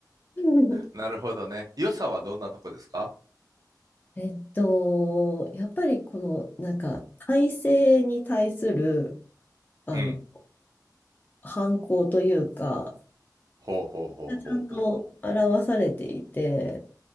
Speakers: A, on the left; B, on the right.
A: <laughs>
B: なるほどね。良さはどんなとこですか
A: えっと、やっぱりこの、なんか、体制に対する、あの、
B: うん。
A: 反抗というか、
B: ほうほうほうほうほう。
A: ちゃんと表されていて、